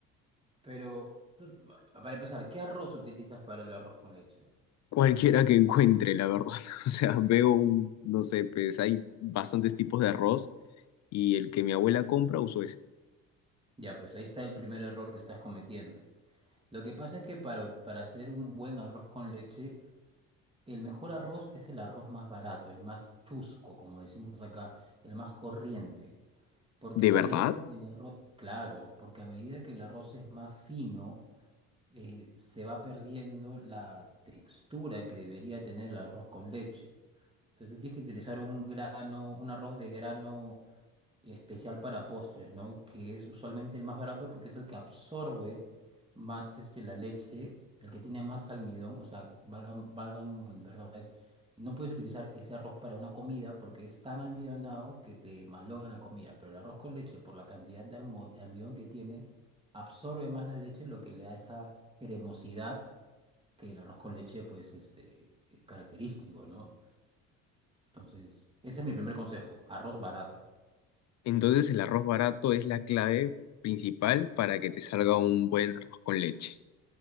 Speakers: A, on the right; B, on the left.
A: pero tú- para empezar, ¿qué arroz utilizas para el arroz con leche?
B: cualquiera que encuentre, la verdad. <laughs> O sea, veo un, no sé, pues hay bastantes tipos de arroz y el que mi abuela compra uso ese.
A: Ya, pues ahí está el primer error que estás cometiendo. Lo que pasa es que para, para hacer un buen arroz con leche El mejor arroz es el arroz más barato, el más chusco, como decimos acá, el más corriente. Porque
B: ¿De
A: a medida
B: verdad?
A: que el arroz, claro, porque a medida que el arroz es más fino, eh, se va perdiendo la textura que debería tener el arroz con leche. Entonces tú tienes que utilizar un grano, un arroz de grano especial para postres, ¿no? Que es usualmente el más barato porque es el que absorbe más este, la leche, el que tiene más almidón, o sea, valgan, valgan, ¿verdad? Es, no puedes utilizar ese arroz para una comida porque es tan almidonado que te malogra la comida, pero el arroz con leche, por la cantidad de almo- de almidón que tiene, absorbe más la leche, lo que le da esa cremosidad que el arroz con leche, pues, este, es característico, ¿no? Entonces, ese es mi primer consejo, arroz barato.
B: Entonces el arroz barato es la clave principal para que te salga un buen arroz con leche.